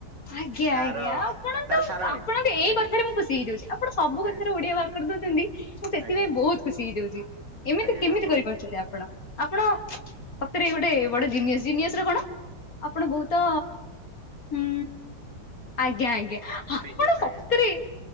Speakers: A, on the left (about 45°); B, on the right (about 60°).
A: ଆଜ୍ଞା
B: ତାର
A: ଆଜ୍ଞା ଆପଣ
B: ତାର
A: ତ
B: ସାରଣୀ
A: ଆପଣ ଏଇ
B: ଆଜ୍ଞା
A: କଥା ଥାରେ ମୁଁ ଖୁସି ହେଇଜାଉଛି ଆପଣ ସବୁ
B: ଆଜ୍ଞା
A: କଥାରେ ଓଡିଆ ବାହାର କରିଦଉଛନ୍ତି ମୁଁ ସେଥିପାଇଁ
B: ଆଜ୍ଞା
A: ବହୁତ ଖୁସି ହେଇଯାଉଚି। ଏମିତି
B: ଆଜ୍ଞା
A: କେମିତି
B: ଆପଣ
A: କରିପାରୁଛନ୍ତି ଆପଣ? ଆପଣ ସତରେ ଗୋଟେ ବଡ ଜିନିଅସ୍, ଜିନିଅସ ର କଣ? ଆପଣ ବହୁତ ହୁଁ, ଆଜ୍ଞା ଆଜ୍ଞା। ଆପଣ
B: <unintelligible>
A: ସତରେ
B: ଆଇଁ ଆ।